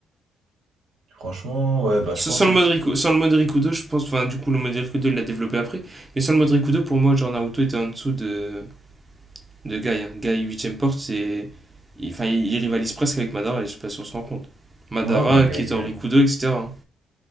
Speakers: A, on the right (about 75°); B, on the right (about 20°).
A: Franchement, ouais, bah
B: Sans
A: je pense.
B: sans le
A: hein.
B: mode Riku- sans le mode Rikudo, je pense. Enfin, du coup, le mode Rikudo, il l'a développé après. Mais sans le mode Rikudo, pour moi, genre Naruto était en dessous de, de Guy. hein. Guy 8 porte, c'est. il- Enfin, il, il rivalise presque avec Madara, et je sais pas si on se rend compte. Madara
A: Ouais, bah Guy,
B: qui
A: euh,
B: était en Rikudo, etc.